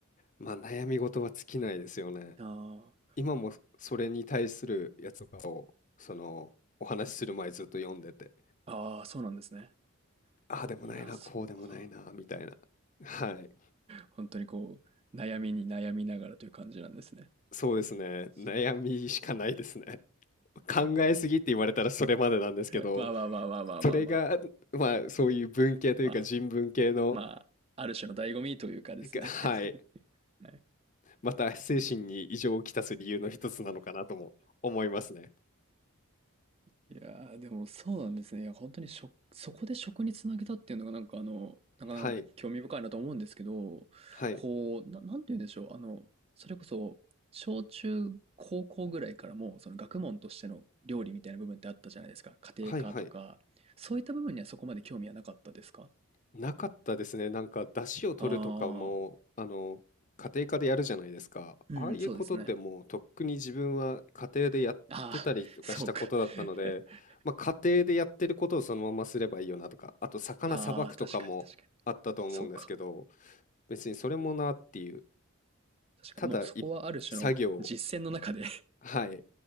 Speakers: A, on the left (about 35°); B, on the right (about 25°).
A: まあ悩み事は尽きないですよね。
B: ああ。
A: 今もそれに対するやつとかを、そのお話しする前ずっと読んでて、
B: ああ、そうなんですね。
A: ああでもないな、
B: いやそうか。
A: こうでもないな、みたいな。はい。
B: 本当にこう、悩みに悩みながらという感じなんですね。
A: そうですね。
B: そうか。
A: 悩みしかないですね。<laughs> 考えすぎって言われたらそれまでなんですけど、
B: <laughs> まあまあまあまあまあまあまあ。
A: それが、まあそういう文系というか人文系の、
B: まあ、まあ、ある種の醍醐味というかですね。
A: がはい。
B: <laughs> はい。
A: また精神に異常をきたす理由の一つなのかなとも思いますね。
B: <laughs> いやー、でもそうなんですね。いや、本当に食、そこで食につなげたっていうのがなんかあの、なかなか興味深いなと思うんですけど、
A: はい。はい。
B: こう、な、なんて言うんでしょう。あの、それこそ、小中高校ぐらいからも、その学問としての料理みたいな部分ってあったじゃないですか。家庭科とか、
A: はいはい。
B: そういった部分にはそこまで興味はなかったですか
A: なかったですね。なんか、出汁を取るとかも、
B: ああ
A: あの、家庭科でやるじゃないですか。
B: ー、
A: ああいうことってもうとっくに自分は家庭でやってたりとかしたことだったので、
B: うん、そうですね。ああ、そうか。<laughs>
A: まあ、家庭でやってることをそのまますればいいよなとか、あと魚さばくとかもあったと思うんですけど、
B: ああ、確かに確かに。そうか。
A: 別にそれもなっていう、
B: 確かに。
A: ただい作業、
B: もうそこはある種の実践の中で
A: はい、